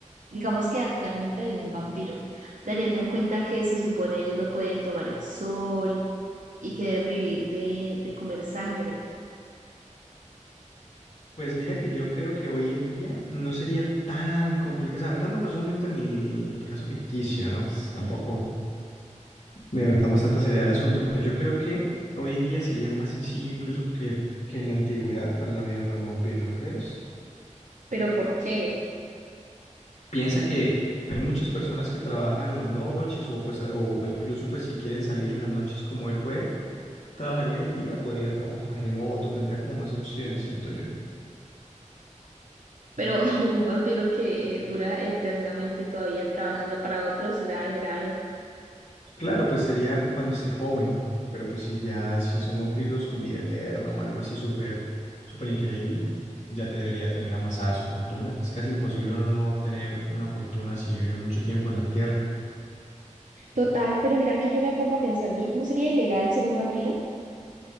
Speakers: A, on the right (about 80°); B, on the left (about 60°).
A: digamos que actualmente de un vampiro, teniendo en cuenta que se supone ellos no pueden tomar el sol y que deben vivir de, de comer sangre.
B: Pues mira que yo creo que hoy en día no sería tan complicado. O sea, metámonos un momento en el, el caso ficticio, ¿no? Pues tampoco me metamos tanta seriedad al asunto, pero yo creo que hoy en día sería más sencillo incluso que, que en la antigüedad para la vida para un vampiro, ¿no crees?
A: ¿Pero por qué?
B: Piensa que hay muchas personas que trabajan en las noches o, pues, a- o o incluso pues si quieren salir en las noches como él puede Trabajaría en el día, podría trabajar remoto, tendría como más opciones, siento yo.
A: pero <laughs> un vampiro que eh, dura eternamente todavía trabajando para otros, grave, grave.
B: Claro, pues sería cuando esté joven, pero pues si ya, si son vampiros con vida eterna o algo así súper, súper increíble, ya te debería tener amasada su fortuna. Es casi imposible uno no tener una fortuna si vive mucho tiempo en la Tierra.
A: Total, pero mira, aquí yo me pongo a pensar, ¿y no sería ilegal ser un vampiro?